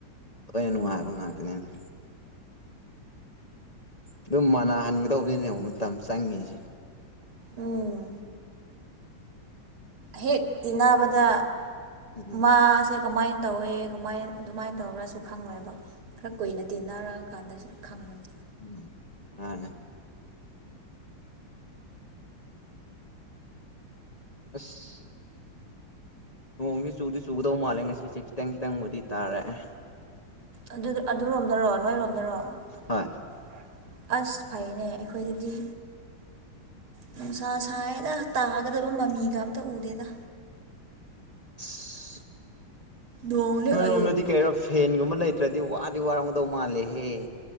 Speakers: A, on the left; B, on the right.
A: ꯂꯣꯏꯅ ꯅꯨꯡꯉꯥꯏꯕ ꯉꯥꯛꯇꯥꯅꯤꯗ ꯑꯗꯨꯝ ꯃꯥꯟꯅꯥ ꯍꯟꯒꯗꯧꯕꯅꯤꯅꯦ ꯃꯇꯝ ꯆꯪꯉꯤꯁ‌ꯦ
B: ꯎꯝ ꯍꯦꯛ ꯇꯤꯟꯅꯥꯕꯗ
A: ꯎꯝ
B: ꯃꯥꯁꯦ ꯀꯃꯥꯏꯟ ꯇꯧꯋꯦ ꯀꯃꯥꯏ ꯑꯗꯨꯃꯥꯏꯟ ꯇꯧꯕꯔꯥꯁꯨ ꯈꯪꯉꯣꯏꯕ ꯈꯔꯥ ꯀꯨꯏꯅ ꯇꯤꯟꯅꯔꯥ ꯀꯥꯟꯗꯁꯨ ꯈꯪꯕꯅ‌ꯦ
A: ꯎꯝ ꯃꯥꯅꯦ ꯑꯁ ꯅꯣꯡꯁꯦ ꯆꯨꯗꯤ ꯆꯨꯒꯗꯧ ꯃꯥꯜꯂꯦ ꯉꯁꯤꯁꯦ ꯈꯤꯇꯪ ꯈꯤꯇꯪꯕꯨꯗꯤ ꯇꯥꯔꯑꯦ
B: ꯑꯗꯨ ꯑꯗꯨꯔꯣꯝꯗꯥꯔꯣ ꯅꯣꯏꯔꯣꯝꯗꯥꯔꯣ ꯍ‌ꯣꯏ
A: ꯍꯣꯏ
B: ꯑꯁ ꯐꯩꯅꯦ ꯑꯩꯈꯣꯏꯗꯥꯗꯤ ꯅꯨꯡꯁꯥ ꯁꯥꯏꯌꯦꯗꯥ ꯇꯥꯒꯗꯥꯕ ꯃꯥꯃꯤꯒ ꯑꯝꯇꯥ ꯎꯗꯦꯗꯥ
A: ꯑꯁ
B: ꯅꯣꯡꯗꯤ
A: ꯅꯣꯏꯔꯣꯝꯗꯥꯗꯤ
B: ꯑꯗꯨꯝ
A: ꯀꯦꯔꯣ ꯐꯦꯟꯒꯨꯝꯕ ꯂꯩꯇ꯭ꯔꯥꯗꯤ ꯋꯥꯗꯤ ꯋꯥꯔꯝꯒꯗꯧ ꯃꯥꯜꯂꯦꯍꯦ